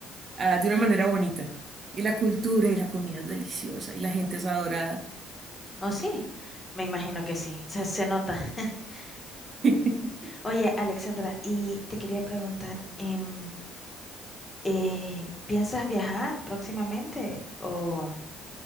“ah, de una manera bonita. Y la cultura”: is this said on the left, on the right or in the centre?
Right